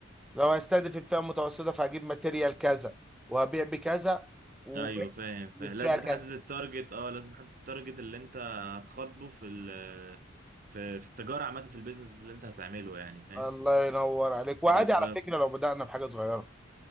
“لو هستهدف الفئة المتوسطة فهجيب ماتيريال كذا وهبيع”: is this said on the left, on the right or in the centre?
Centre